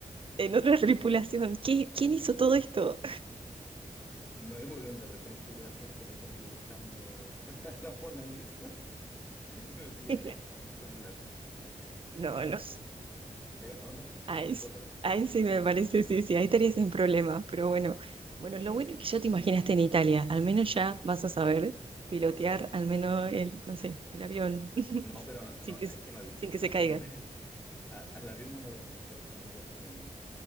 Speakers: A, on the right; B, on the left.
A: en otra <laughs> tripulación. ¿Qui- ¿Quién hizo todo esto?
B: No, y vuelven de repente y yo así en pelota dibujando <laughs> a la Mona Lisa <laughs> y me pillan
A: <laughs>
B: ahí ah, con el lápiz. No, sería.
A: No, no.
B: Es es una opción,
A: Ahí,
B: no,
A: sí
B: puede pasar.
A: ahí sí me parece, sí, sí, ahí estarías en problemas, pero bueno, bueno, lo bueno es que ya te imaginaste en Italia, al menos ya vas a saber pilotear al menos el, no sé, el avión, <laughs>
B: No, pero no,
A: sin
B: no,
A: que,
B: es
A: se-
B: que no dije
A: sin
B: que
A: que
B: iba
A: se
B: a aprender.
A: caiga.
B: <laughs> Al, al avión no me voy a meter, ¿no? Porque